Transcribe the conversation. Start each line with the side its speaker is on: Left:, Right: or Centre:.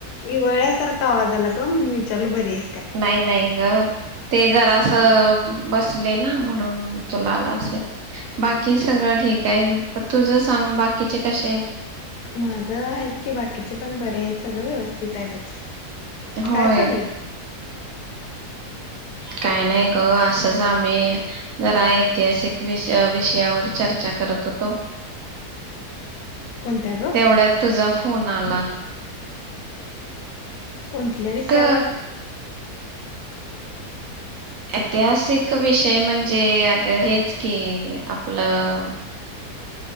Left: हिवाळ्यात सारखा आवाज आला ग म्हणून विचारलं बरीये
Right: नाही नाही ग ते जरा अअ बसले ना म्हणून तुला आला असेल बाकी सगळं ठीक आहे तुझ सांग बाकीचे कशे आहेत.
Left: माझ आहेत की बाकीचे पण बरे सगळं व्यवस्थित आहे. बघ
Right: होय
Left: काय चाललंय
Right: काय नाही ग असंच आम्ही जरा ऐतिहासिक वि विषयावर चर्चा करत होतो.
Left: कोणत्या ग
Right: तेवढ्यात तुझा फोन आला
Left: कोणतल्या विषयावर
Right: ग ऐतिहासिक विषय म्हणजे अग हेच की आपलं